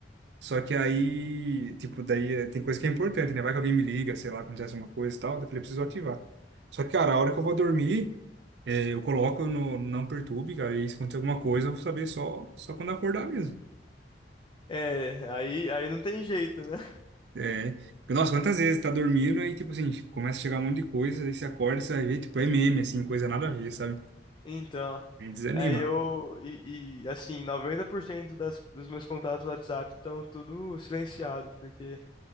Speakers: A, on the right; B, on the left.
A: Só que aí, tipo, daí eh, tem coisa que é importante, né? Vai que alguém me liga, sei lá, acontece uma coisa e tal, daí eu falei, "Eu preciso ativar. Só que, cara, a hora que eu vou dormir, eh, eu coloco no no Não Perturbe, cara, e aí se acontecer alguma coisa, eu vou saber só, só quando acordar mesmo.
B: É, aí, aí não tem jeito, né?
A: É, porque, nossa, quantas vezes tá dormindo, aí, tipo assim, começa a chegar um monte de coisa, aí você acorda, você vai ver, tipo, é meme, assim, coisa nada a ver, sabe?
B: Então,
A: Aí desanima.
B: é eu e, e, assim, 90% das, dos meus contatos no WhatsApp estão tudo silenciado, porque